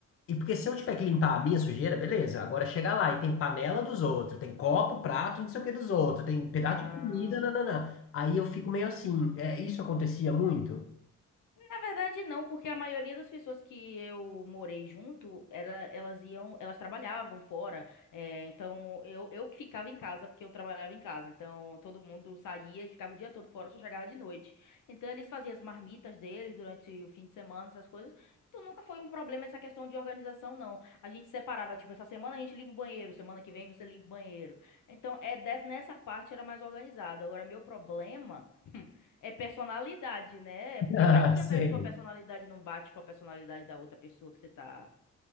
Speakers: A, on the left; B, on the left.
A: e porque se eu tiver que limpar a minha sujeira, beleza, agora chega lá e tem panela dos outros, tem copo, prato, não sei o que dos outros, tem pedaço
B: Ah,
A: de comida, nananã. Aí eu fico meio assim, é, isso acontecia muito?
B: Na verdade, não, porque a maioria das pessoas que eu morei junto, era, elas iam, elas trabalhavam fora. eh, então, eu, eu que ficava em casa, porque eu trabalhava em casa. Então, todo mundo saía e ficava o dia todo fora, só chegava de noite. Então, eles faziam as marmitas deles durante o fim de semana, essas coisas. Então, nunca foi um problema essa questão de organização, não. A gente separava, tipo, essa semana a gente limpa o banheiro, semana que vem você limpa o banheiro. Então, é des- nessa parte era mais organizado. Agora, meu problema. <laughs> É personalidade, né?
A: <laughs>
B: Porque
A: Ah,
B: vai que
A: sei.
B: a pe- sua personalidade não bate com a personalidade da outra pessoa que você tá